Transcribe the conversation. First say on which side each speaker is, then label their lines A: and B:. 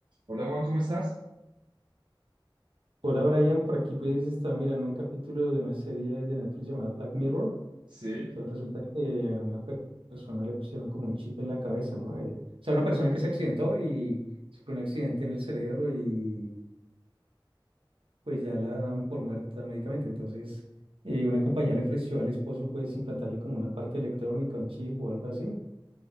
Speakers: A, on the right; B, on the right.
A: Hola Juan, ¿cómo estás?
B: Hola Brian, por aquí pues estaba mirando un capítulo de una serie de Netflix llamada Black Mirror.
A: Sí,
B: Entonces resulta que a una per- persona le pusieron como un chip en la cabeza, ¿no? Eh, o sea, una persona que se accidentó y sufrió un accidente en el cerebro y pues ya la daban por muerta médicamente. Entonces eh, una compañía le ofreció al esposo pues implantarle como una parte electrónica, un chip o algo así.